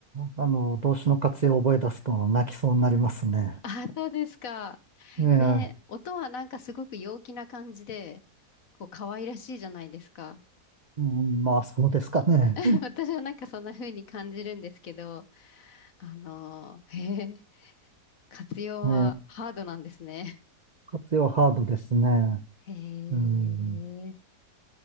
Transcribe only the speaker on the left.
ほ <laughs> あ、そうですか。
ね、音はなんかすごく陽気な感じで、こう可愛らしいじゃないですか。
<laughs> 私はなんかそんな風に感じるんですけど、あのー、へえ、活用はハードなんですね。
<laughs> へえ。